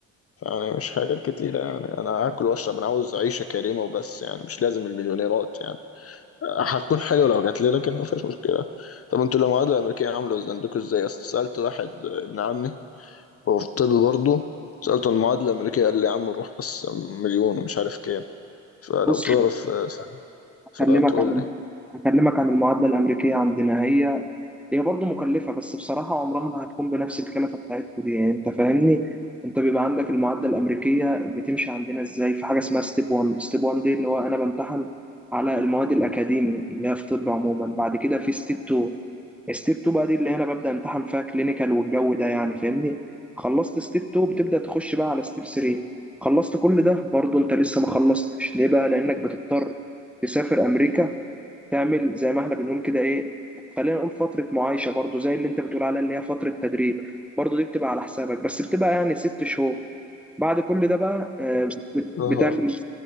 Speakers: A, on the left (about 40°); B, in the centre.
A: فانا مش حاجات كتيره يعني انا هاكل واشرب انا عاوز عيشه كريمه وبس يعني مش لازم المليونيرات يعني هتكون حلوه لو جات لي لكن ما فيش مشكله طب انتوا المعادله الامريكيه عامله ازاي عندكوا ازاي اصل سالت واحد ابن عمي هو في طب برضه سالته المعادله الامريكيه قال لي يا عم روح بس مليون ومش عارف كام فلو
B: بص
A: تعرف آه، فتقول
B: هكلمك عن ال-
A: لي
B: هكلمك عن المعادلة الأمريكية عندنا هي هي برضه مكلفة بس بصراحة عمرها ما هتكون بنفس الكلفة بتاعتكم دي يعني أنت فاهمني أنت بيبقى عندك المعادلة الأمريكية بتمشي عندنا إزاي في حاجة اسمها ستيب 1 ستيب 1 دي اللي هو أنا بمتحن على المواد الأكاديمي اللي هي في طب عموما بعد كده في ستيب 2 ستيب 2 بقى دي اللي انا ببدا امتحن فيها كلينيكال والجو ده يعني فاهمني خلصت ستيب 2 بتبدا تخش بقى على ستيب 3 خلصت كل ده برضه انت لسه ما خلصتش ليه بقى لانك بتضطر تسافر امريكا تعمل زي ما احنا بنقول كده ايه خلينا نقول فتره معايشه برضه زي اللي انت بتقول عليها اللي هي فتره تدريب برضه دي بتبقى على حسابك بس بتبقى يعني ست شهور بعد كل ده بقى آه، بت-
A: اه
B: بتعمل